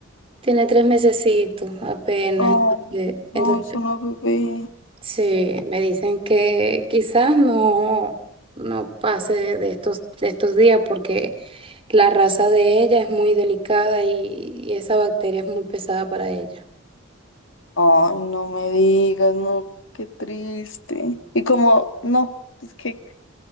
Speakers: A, on the right; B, on the left.
A: Tiene tres mesecitos apenas.
B: Oh,
A: eh,
B: no,
A: Entonces,
B: es una bebé.
A: sí, me dicen que quizás no, no pase de estos, de estos días porque la raza de ella es muy delicada y, y esa bacteria es muy pesada para ella.
B: Ay, no me digas, no, qué triste. Y como, no, es que